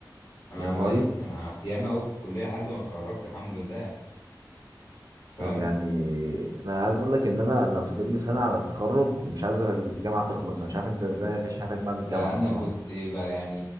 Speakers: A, on the left; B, on the right.
A: انا
B: يا
A: انا
B: نهاري
A: بقالي كت- انا قعدت ياما قوي في الكليه لحد ما اتخرجت الحمد لله فاهم
B: طب يعني انا عايز اقول لك ان انا انا فاضل لي سنه على التخرج ومش عايز الجامعه تخلص انا مش عارف انت ازاي هتعيش حياتك بعد
A: ده
B: الجامعه الصراحه
A: انا كنت بقى يعني